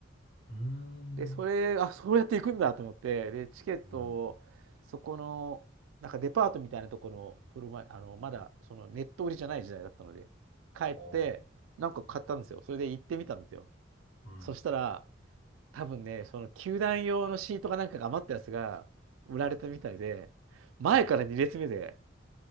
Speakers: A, on the left; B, on the right.
A: うーん。
B: で、それ、あ、そうやって行くんだと思って、で、チケットを、
A: うん。
B: そこの、なんかデパートみたいなところの、プロマイ、あの、
A: うん。
B: まだ、そのネット売りじゃない時代だったので、帰って、
A: ああ、
B: なんか買ったんですよ。それで行ってみたんですよ。
A: うん。
B: そしたら、多分ね、その球団用のシートかなんかが余ったやつが売られたみたいで、前から2列目で、
A: うん、うん。